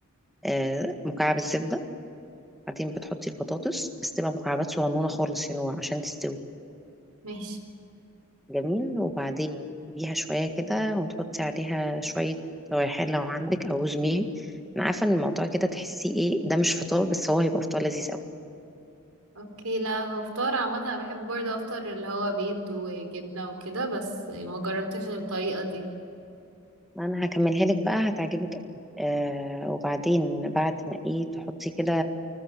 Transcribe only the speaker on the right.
ماشي
اوكي لا هو فطار عامه انا بحب برضه افطر اللي هو بيض وجبنه وكده بس ما جربتش الطريقه دي